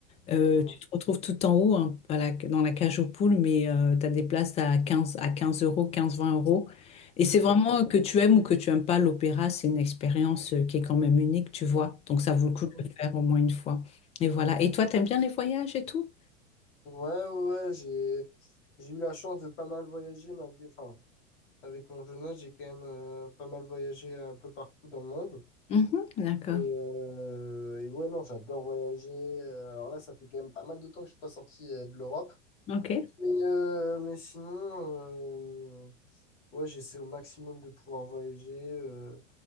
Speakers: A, on the left; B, on the left.
A: euh,
B: mhm.
A: tu te retrouves tout en haut, hein, à la- dans la cage aux poules, mais tu as des places à 15, à 15 euros, 15-20 euros. Et c'est
B: Ok.
A: vraiment que tu aimes ou que tu aimes pas l'opéra, c'est une expérience euh, qui est quand même unique, tu vois. Donc, ça vaut
B: Mhm.
A: le coup de le faire au moins une fois. Et voilà. Et toi, t'aimes bien les voyages et tout?
B: Ouais, ouais, ouais, j'ai j'ai eu la chance de pas mal voyager malgré, enfin. Avec mon jeune âge, j'ai quand même euh, pas mal voyagé un peu partout dans le monde.
A: Mhm, d'accord.
B: Et, euh, et ouais, non, j'adore voyager. Euh, Alors là, ça fait quand même pas mal de temps que je suis pas sorti euh, de l'Europe.
A: Ok.
B: Mais, euh, mais sinon, euh, ouais, j'essaie au maximum de pouvoir voyager, euh,